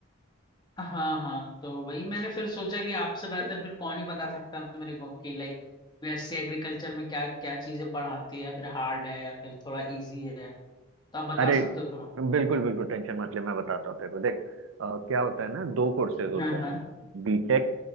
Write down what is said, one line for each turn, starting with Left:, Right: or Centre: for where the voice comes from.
Left: हाँ हाँ तो वही मैंने फिर सोचा कि आपसे बेहतर फिर कौन ही बता सकता है मेरे को कि लाइक वैसे एग्रीकल्चर में क्या क्या चीजें पढ़ाती है या फिर हार्ड है या फिर थोड़ा इजी है तो आप बता
Right: अरे
Left: सकते हो थोड़ा
Right: बिल्कुल बिल्कुल टेंशन मत ले मैं बताता हूँ तेरे को देख अ, क्या होता है ना दो कोर्सेज होते
Left: हाँ
Right: हैं
Left: हाँ
Right: बीटेक